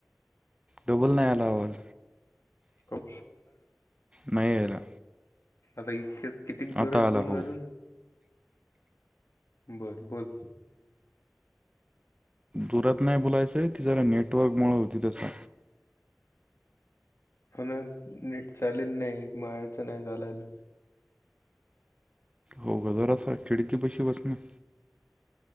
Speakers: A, on the right (about 20°); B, on the left (about 65°).
A: डबल नाही आला, आवाज.
B: खूप
A: नाही यायला.
B: आता इतके कितीक
A: आता
B: जोरात
A: आला
B: बोलू
A: हो
B: अजून. बरं बोल.
A: जोरात नाही बोलायचंय ती जरा, नेटवर्क मुळ होतयं तसं.
B: म्हणा नीट चालेल नाही, <unintelligible> नाही घालायला.
A: हो, जरास खिडकी पशी बस ना.